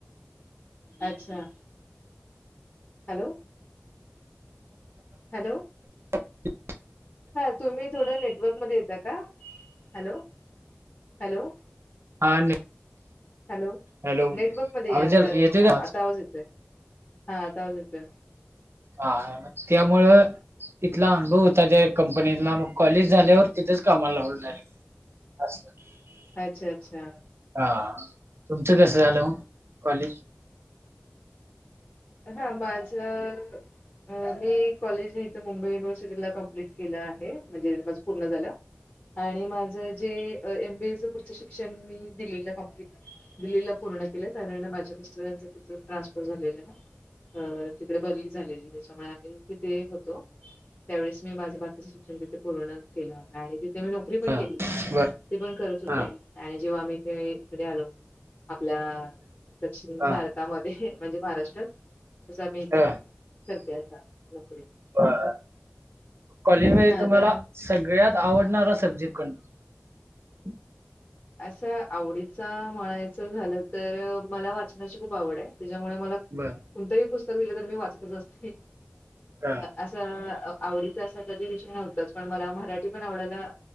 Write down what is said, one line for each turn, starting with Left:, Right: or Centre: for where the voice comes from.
Left: अच्छा! हॅलो! हॅलो!
Right: <unintelligible>
Left: हा तुम्ही थोडं नेटवर्क मध्ये येता, का हॅलो! हॅलो!
Right: हा ने
Left: हॅलो!
Right: हॅलो
Left: नेटवर्क मध्ये
Right: आवाज
Left: या
Right: याला
Left: कारण,
Right: येतोय
Left: हा
Right: का
Left: आता आवाज येतोय. हा आता आवाज येतोय.
Right: हा मग त्यामुळं तिथला अनुभव होता. त्या कंपनीतला मग कॉलेज झाल्यावर, तिथेच कामाला लागलो डायरेक्ट. आसं.
Left: अच्छा! अच्छा!
Right: हा तुमचं कसं झालं कॉलेज?
Left: हा माझ ह मी कॉलेज इथे मुंबई युनिव्हर्सिटीला कंप्लीट केलं आहे म्हणजे माझं इथं पूर्ण झालं आणि माझ जे एम. बी. ए. च पुढचं शिक्षण मी दिल्लीला कंप्लीट दिल्लीला पूर्ण केलंय कारण माझ्या मिस्टरांच तिथं ट्रान्सफर झालेलं ना अ तिकडे बदली झालेली त्याच्यामुळे आम्ही तिथे होतो. त्यावेळेस मी माझं बाकीचं शिक्षण तिथे पूर्ण केलं आणि मी ते मी नोकरी पण
Right: ह
Left: केली
Right: बर
Left: ते पण करत होते
Right: हा
Left: आणि जेव्हा आम्ही तेे इकडे आलो आपल्या दक्षिण
Right: ह
Left: भारतामध्ये हेःम्हणजे महाराष्ट्रात, तसं आम्ही इथे
Right: ह <inaudible>
Left: पण करते आता नोकरी
Right: बर. कॉलेज मध्ये
Left: हा
Right: तुम्हाला
Left: कारण
Right: सगळ्यात आवडणारा सब्जेक्ट कोणता? <inaudible>
Left: असं आवडीचा म्हणायचं झालं तर मला वाचनाची खूप आवड आहे. त्याच्यामुळे मला
Right: बर
Left: कोणतंही पुस्तक दिलं तर मी वाचतच असते हि.
Right: ह
Left: असं अ आवडीचा असा कधी विषय नव्हताच पण मला मराठी पण आवडायला